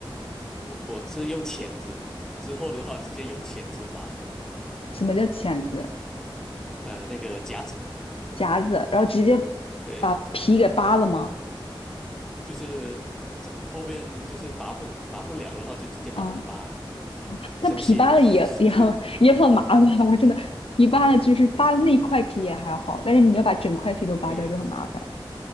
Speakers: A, in the centre; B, on the left.
A: 我我是用钳子，之后的话直接用钳子拔，
B: <laughs> 什么叫钳子、
A: 呃那个夹子，
B: 夹子，然后直接把皮给扒了吗？
A: 对，就是这后面就是拔不拔不了的话，就直接把皮扒了。
B: 嗯。
A: 生气了。
B: 但皮扒了也也很也很麻烦，
A: <laughs>
B: <laughs> 我真的皮扒了就是扒了那块皮也还好，但是你要把整块皮都扒掉就很麻烦。
A: 对，